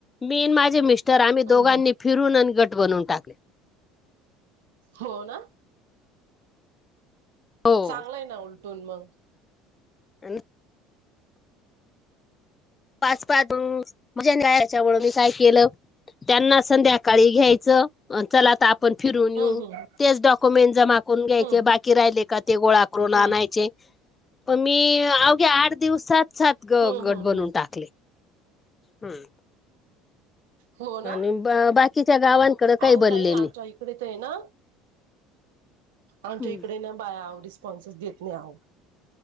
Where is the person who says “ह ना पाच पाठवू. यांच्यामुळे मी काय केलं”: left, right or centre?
Left